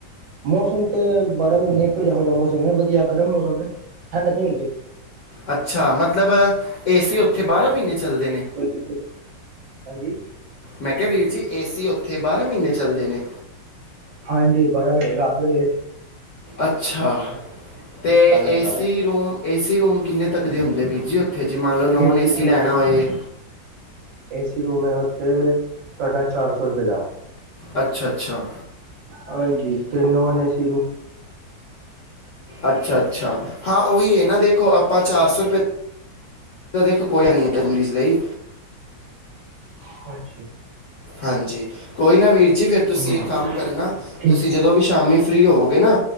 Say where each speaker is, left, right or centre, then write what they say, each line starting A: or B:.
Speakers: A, on the right; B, on the left.
A: ਮੌਸਮ ਤੇ, ਬਾਰਾਂ ਮਹੀਨੇ ਇੱਕੋ ਜੋ ਜਿਹਾ ਮੌਸਮ ਹੈ, ਵਧੀਆ ਗਰਮ ਮੌਸਮ ਹੈ, ਠੰਢ ਨੀ ਹੈਗੀ।
B: ਅੱਛਾ, ਮਤਲਬ ਏ ਸੀ ਉੱਥੇ ਬਾਰ੍ਹਾਂ ਮਹੀਨੇ ਚੱਲਦੇ ਨੇ?
A: ਕੋਈ ਦਿੱਕਤ ਨਹੀਂ। ਹਾਂਜੀ।
B: ਮੈਂ ਕਿਹਾ ਵੀਰ ਜੀ, ਏ ਸੀ ਉੱਥੇ ਬਾਰ੍ਹਾਂ ਮਹੀਨੇ ਚੱਲਦੇ ਨੇ?
A: ਹਾਂਜੀ ਬਾਰਾਂ ਮਹੀਨੇ, ਰਾਤ ਵੇਲੇ ਵੀ ਏ ਸੀ।
B: ਅੱਛਾ, ਤੇ
A: ਲਾਣਾ
B: ਏ
A: ਚਲਾ
B: ਸੀ
A: ਲਓ
B: ਰੂਮ ਏ ਸੀ ਰੂਮ ਕਿੰਨੇ ਤੱਕ ਦੇ ਹੁੰਦੇ ਵੀਰ ਜੀ ਉੱਥੇ ਜੀ ਮੰਨ ਲੋ ਨੋਨ
A: ਏਸੀ
B: ਏ ਸੀ ਲੈਣਾ ਹੋਏ।
A: ਏ ਸੀ ਰੂਮ ਐ ਉੱਥੇ ਤੁਹਾਡਾ ਚਾਰ ਸੌ ਰੁਪਏ ਦਾ।
B: ਅੱਛਾ - ਅੱਛਾ।
A: ਹਾਂਜੀ, ਤੇ ਨੋਨ ਏਸੀ ਰੂ
B: ਅੱਛਾ - ਅੱਛਾ ਹਾਂ ਉਹੀ ਐ ਨਾ ਦੇਖੋ ਆਪਾਂ ਚਾਰ ਸੌ ਰੁਪਏ ਏ ਤਾਂ ਦੇਖੋ ਕੋਈ ਨੀ ਟਾਈਮਜ਼ ਲਈ।
A: ਹਾਂਜੀ।
B: ਹਾਂਜੀ ਕੋਈ ਨਾ ਵੀਰ ਜੀ ਫੇਰ ਤੁਸੀਂ
A: ਠੀਕ
B: ਇੱਕ ਕੰਮ ਕਰਨਾ
A: ਠੀਕ
B: ਤੁਸੀਂ ਜਦੋਂ ਵੀ ਸ਼ਾਮੀ ਫ੍ਰੀ ਹੋਵੋਗੇ ਨਾ